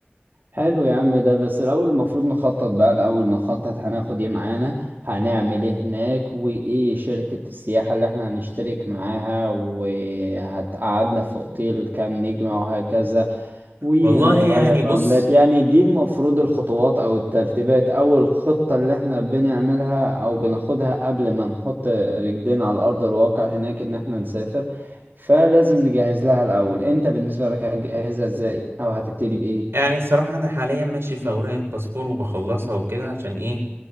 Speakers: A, on the right (about 50°); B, on the right (about 70°).
A: حلو يا عم ده بس الأول المفروض نخطط بقى الأول نخطط هناخد ايه معانا هنعمل ايه هناك وايه شركة السياحة اللي احنا هنشترك معاها وهتقعدنا في اوتيل كام نجمة وهكذا وهنغير
B: والله يعني بص
A: عملات يعني دي المفروض الخطوات أو الترتيبات أو الخطة اللي احنا بنعملها أو بناخدها قبل ما نحط رجلينا على أرض الواقع هناك إن احنا نسافر فلازم نجهز لها الأول انت بالنسبة لك هتجهزها ازاي أو هتبتدي بإيه؟
B: يعني الصراحة أنا حاليا ماشي في أوراق الباسبور وبخلصها وكده عشان إيه